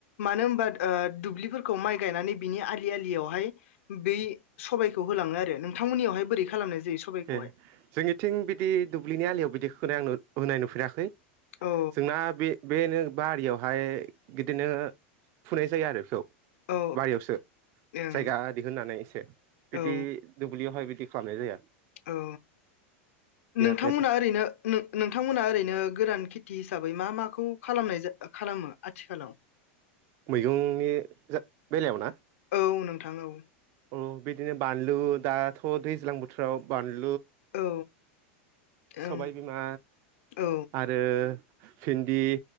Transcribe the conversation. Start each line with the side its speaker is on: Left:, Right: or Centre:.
Left: मानो होनबा ओ दुब्लिफोरखौ माइ गायनानै बिनि आलि आलियावहाय बै सबाइखौ होलाङो आरो नोंथांमोननियावहाय बोरै खालामनाय जायो सबायखौहाय
Right: ए जोंनिथिं बिदि दुब्लिनि आलियाव बिदि खोनाय आं होनाय नुफेराखै।
Left: औ
Right: जोंना बे बेनो। बारियावहाय बिदिनो फुनाय जायो आरो खौ।
Left: औ
Right: बारियावसो
Left: ओं
Right: जायगा दिहुननानै एसे बिदि
Left: औ
Right: दुब्लियावहाय बिद सारनाय जाया।
Left: औ नोंथांमोना
Right: बे
Left: ओरैनो नो नोंथांमोना ओरैनो गोरान खिथ -थि हिसाबै मा माखौ खालामनाय जा खालामो आथिखालाव।
Right: मैगंनि जा बेलायाव ना?
Left: औ नोंथां औ।
Right: अ बिदिनो बानलु दाथ' दैज्लां बोथोराव बानल
Left: औ।
Right: सबायबिमा
Left: ओं औ
Right: आरो फिन्दि।